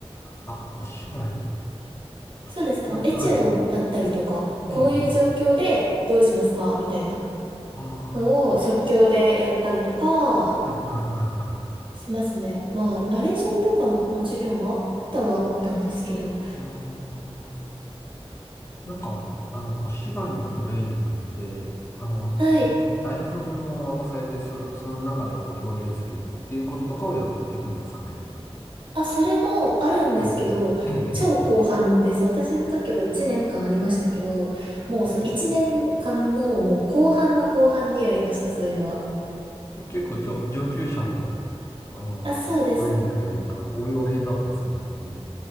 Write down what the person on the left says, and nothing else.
あ、お芝居、お芝居、
はい。
ええ、ええ、あ
あ、はい、はい、はい、はい。
ああ。なんか、あの、お芝居のトレーニングって、あの、
台本を渡されて、それ、その中でこう表現するっていうこととかをやっていくんですかね。
はい。ええ、ええ
あ
結構上、上級者の、あの、
トレーニングというか、応用編だったりするんですね。